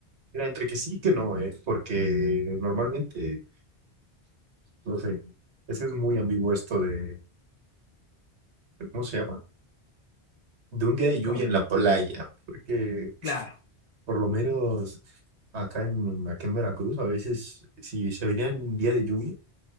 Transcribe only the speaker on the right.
Mira, entre que sí y que no, eh, porque normalmente, no sé, es que es muy ambiguo esto de, de- ¿cómo se llama? De un día de lluvia
en
la playa, porque
por lo menos acá en, acá en Veracruz, a veces, si se venía en un día de lluvia,